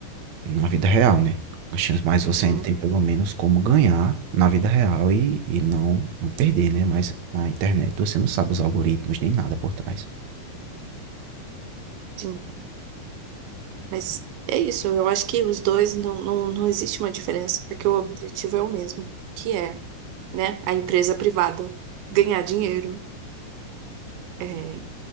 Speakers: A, on the right; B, on the right.
A: na vida real, né? As chances- Mas você
B: Uhum,
A: ainda tem pelo menos como ganhar na vida real e, e não, não perder, né? Mas na internet você não sabe os algoritmos nem nada por trás.
B: sim, mas é isso. Eu acho que os dois não, não, não existe uma diferença, porque o objetivo é o mesmo, que é, né, a empresa privada ganhar dinheiro. É,